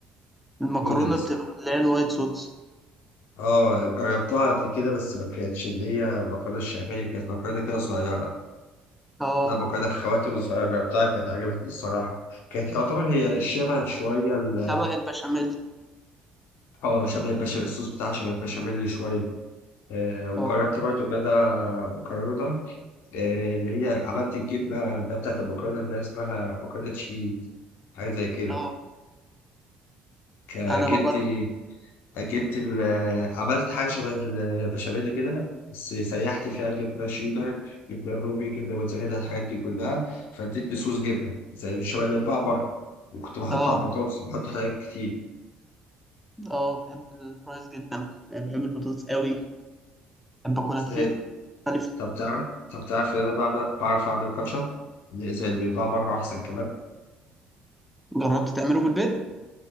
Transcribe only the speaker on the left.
نودلز
اه جربتها قبل كده بس ما كانتش اللي هي مكرونه الشعبيه كانت مكرونه كده صغيره
لا مكرونه خواتم صغيره جربتها كانت عجبتني الصراحه كانت يعتبر هي شبه شويه ال-
اه شبه البشاميل الصوص بتاعها شبه البشاميل شويه آه وجربت
برضو كده مكرونه آه، اللي هي عملت الجبنة اللي هي بتاعت المكرونة اللي هي اسمها مكرونة تشيز حاجة زي كده
ك-
جبت
جبت ال- عملت حاجة شبه البشاميل كده بس سيحت فيها جبنة شيدر جبنة رومي جبنة موتزاريلا الحاجات دي كلها فادتني صوص جبنة زي البشاميل اللي بقى بره وكنت بحط
على البطاطس بحط حاجات كتير
بس
إيه،
طب تعرف طب تعرف إن أنا بعمل- بعرف أعمل كاتشب اللي زي اللي بيتباع بره أحسن كمان